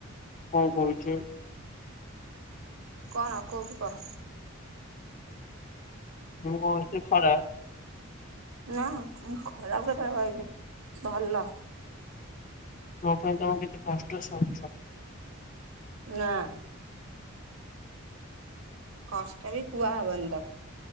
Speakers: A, on the left; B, on the right.
A: ହଉ କହୁଛି।
B: କଣ କହୁଛୁ କହ।
A: ମୁଁ କଣ ଏତେ ଖରାପ
B: ନା ମୁ ଖରାପ କଥା କହିଲି ଭଲ।
A: ମୋ ପାଇଁ ତମେ କେତେ କଷ୍ଟ ସହୁଛ।
B: ନାଁ। କଷ୍ଟ ବି କୁହା ହେବନି ତାକୁ।